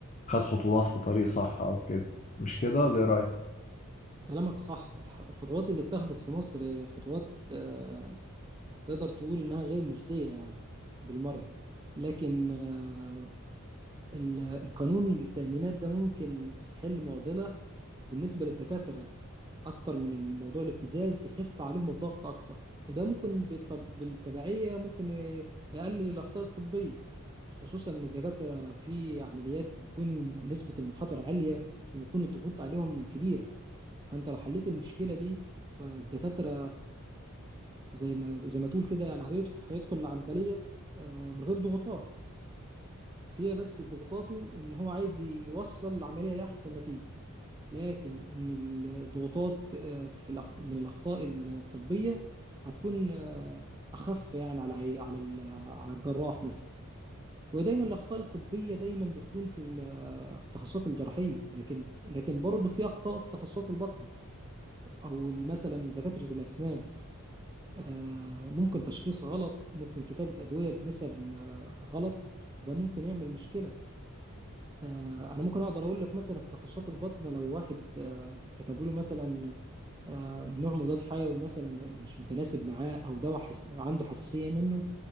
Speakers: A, on the left; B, on the right.
A: خد خطوات في طريق صح أو كده مش كده ولا إيه رأيك؟
B: كلامك صح الح- الخطوات اللي اتخذت في مصر خطوات آه، تقدر تقول إنها غير مجدية يعني بالمرة لكن آه، ال- القانون التأمينات ده ممكن يحل معضلة بالنسبة للدكاترة أكتر من الموضوع الابتزاز يخف عليهم الضغط أكتر وده ممكن بالط- بالتبعية ممكن ي- يقلل الأخطاء الطبية خصوصا إن الدكاترة في عمليات بيكون نسبة المخاطر عالية وبيكون الضغوط عليهم كبيرة فأنت لو حليت المشكلة دي فالدكاترة زي ما زي ما تقول كده يعني هيدخل هيدخل العملية آه، من غير ضغوطات هي بس ضغوطاته إن هو عايز يوصل العملية لأحسن نتيجة لكن ان الضغوطات آه، في الأخ- من الاخطاء الطبيه هتكون آه، اخف يعني على عي- على ال- على الجراح مثلا ودايما الاخطاء الطبيه دايما بتكون في ال- في التخصصات الجراحيه لكن لكن برضه في اخطاء في تخصصات البطن او مثلا دكاتره الاسنان آه، ممكن تشخيص غلط ممكن كتابه ادويه بنسب آه، غلط ده ممكن يعمل مشكله آه، انا ممكن اقدر اقول لك مثلا في تخصصات البطن لو واحد آه، كتبوا له مثلا آه، نوع مضاد حيوي مثلا مش متناسب معاه او دواء حس... عنده حساسية منه